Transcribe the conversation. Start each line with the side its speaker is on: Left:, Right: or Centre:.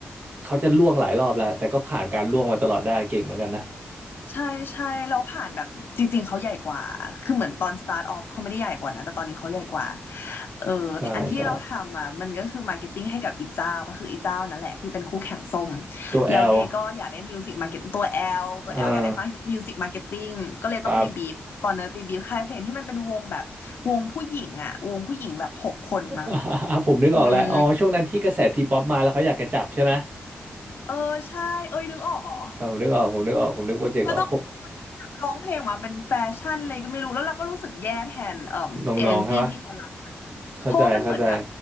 Right: เขาจะล่วงหลายรอบแล้วแต่ก็ผ่านการล่วงมาตลอดได้เก่งเหมือนกันนะ
Left: ใช่ใช่แล้วผ่านแบบจริงๆเขาใหญ่กว่าคือเหมือนตอน start off เขาไม่ได้ใหญ่กว่านะแต่ตอนนี้เขาใหญ่กว่าเออแต่อันที่เราทำอ่ะมันก็คือ
Right: ใช่ใช่
Left: marketing ให้กับอีกเจ้าก็คืออีกเจ้านั่นแหละที่เป็นคู่แข่งส้ม
Right: ตัวแอล
Left: แล้วเดย์ก็อยากได้ music marketing ตัว L ตัว
Right: อ่
Left: L อยากได้
Right: า
Left: music marketing ก็เลยต้องไปบีบตอนนั้นไปบีบค่ายเพลงที่มันเป็นวงแบบวงผู้หญิงอ่ะวงผู้หญิงแบบหกคนมั้ง
Right: ครับ <laughs> ผมนึกออกแล้วอ๋อช่วงนั้นที่กระแสทีป๊อปมาแล้วเขาอยากจะจับใช่ไหม
Left: อืมเออใช่เอ้ยนึกออกเหรอ
Right: เออผมนึกออกผมนึกออกผมนึกโปรเจกต์ออกพวก
Left: เราต้องแบบร้องเพลงออกมาเป็นแฟชั่นเลยก็ไม่รู้แล้วเราก็รู้สึกแย่แทนเอ่อเอเจนซี่ที่เขารับไปอะเพราะว่ามันเหมือนกับ
Right: น้องๆใช่ปะเข้าใจเข้าใจ